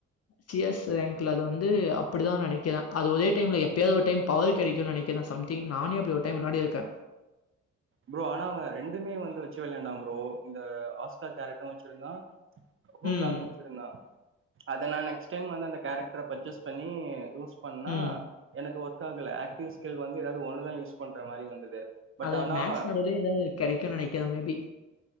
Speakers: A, on the left; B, on the right.
A: சி எஸ் ரேங்க்ல அது வந்து அப்டிதா நெனைக்கிறே அது ஒரே டைம்ல எப்பயாது ஒரு டைம் பவர் கெடைக்குன் நெனைக்கிறே சம் திங் நானே அப்டி ஒரு டைம் வெளாடிருக்கே
B: ப்ரோ ஆனா அவ ரெண்டுமே வந்து வச்சி வெலாண்டா ப்ரோ இந்த ஆஸ்கா கேரக்ட்ரு வச்சிருந்தா வுகாகன்
A: ம்.
B: வச்சிருந்தா அத நா நெக்ஸ்ட் டைம் வந்து அந்த கேரக்ட்ர பர்ச்சேஸ் பண்ணி யூஸ் பண்ணா
A: ம்.
B: எனக்கு ஒர்க் ஆகல ஆக்டிவ் ஸ்கில் வந்து எதாது ஒன்னு தா யூஸ் பண்ற மாரி வந்தது பட்
A: அது
B: ஆனா
A: மேட்ச
B: அவ
A: நடுவுலயே எதாது கெடைக்குன் நெனைக்கிறே மேபி